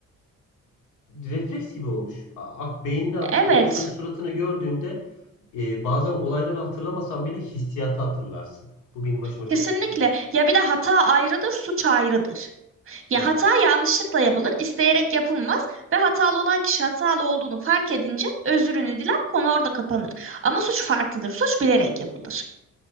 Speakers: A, on the left (about 80°); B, on the right (about 45°).
A: refleks gibi olmuş. A- Beynini
B: Evet,
A: o insanın suratını gördüğünde e, bazen olayları hatırlamasan bile hissiyatı hatırlarsın. Bu benim başıma
B: kesinlikle.
A: çok gelir.
B: Ya bir de hata ayrıdır, suç ayrıdır. Ya
A: Evet,
B: hata yanlışlıkla yapılır, isteyerek yapılmaz ve hatalı olan kişi hatalı olduğunu fark edince özrünü diler, konu orada kapanır. Ama suç farklıdır, suç bilerek yapılır.